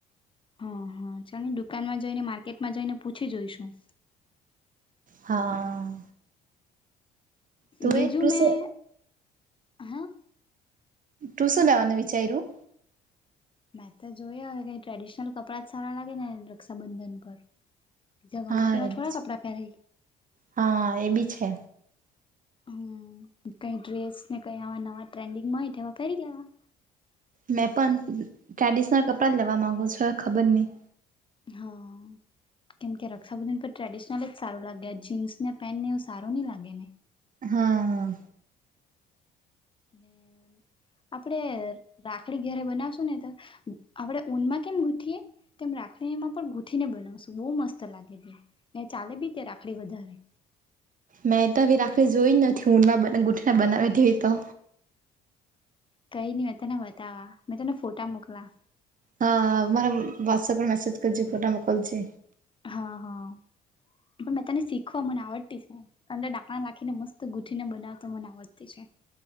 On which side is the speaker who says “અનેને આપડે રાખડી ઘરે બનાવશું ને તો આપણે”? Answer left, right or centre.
Left